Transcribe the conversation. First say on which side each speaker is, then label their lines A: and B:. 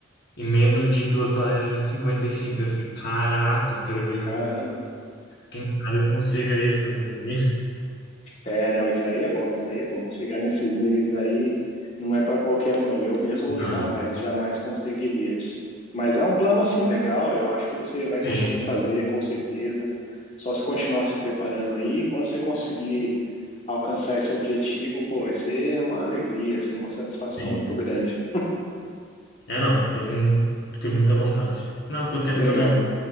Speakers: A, on the left; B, on the left.
A: em menos de 2 horas e 55. Eu fiquei, caraca, quero ver.
B: Caramba.
A: Quem sabe eu consiga isso num dia.
B: É, não, isso aí é bom, isso aí é bom. Chegar nesses níveis aí não é para qualquer um, não. Eu mesmo
A: Não,
B: jamais, jamais conseguiria. Mas é um plano assim legal, eu acho que você vai
A: sim,
B: conseguir fazer, com certeza. Só se continuar se preparando aí, quando você conseguir alcançar esse objetivo, pô, vai ser uma alegria, assim, uma satisfação
A: sim.
B: muito grande.
A: É, não, tenho, tenho muita vontade. Não, com o tempo
B: Legal.
A: também.